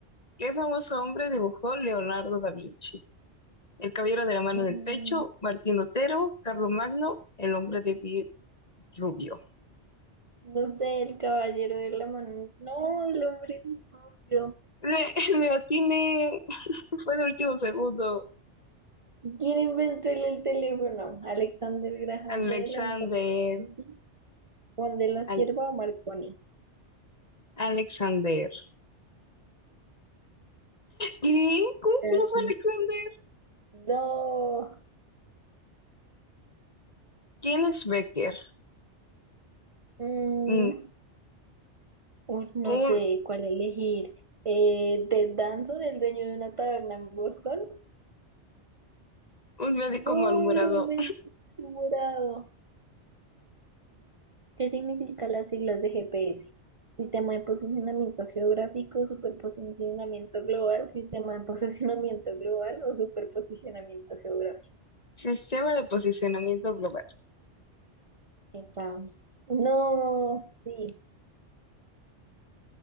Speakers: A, on the left; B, on the right.
A: ¿Qué famoso hombre dibujó Leonardo da Vinci? El caballero de la mano
B: Mm,
A: en el pecho, Martín Lutero, Carlos Magno, el hombre de piel rubio.
B: No sé, el caballero de la mano. No, el hombre de dinosaurio.
A: Le, <laughs> le atiné, fue de último segundo.
B: ¿Quién inventó el, el teléfono? Alexander Graham
A: Alexander,
B: Bell, Antonio Meucci, Juan de la
A: Al-
B: Cierva o Marconi.
A: Alexander. ¿Qué? ¿Cómo
B: Así.
A: que no fue Alexander?
B: No.
A: ¿Quién es Becker?
B: Mm,
A: Mm,
B: uy, no
A: Un,
B: sé cuál elegir. Eh, Ted Danson, el dueño de una taberna en Boston.
A: un médico
B: No,
A: malhumorado.
B: era un médico morado. ¿Qué significan las siglas de GPS? Sistema de Posicionamiento Geográfico, Superposicionamiento Global, Sistema de Posicionamiento Global o Superposicionamiento Geográfico.
A: Sistema de posicionamiento global.
B: Epa. No, sí.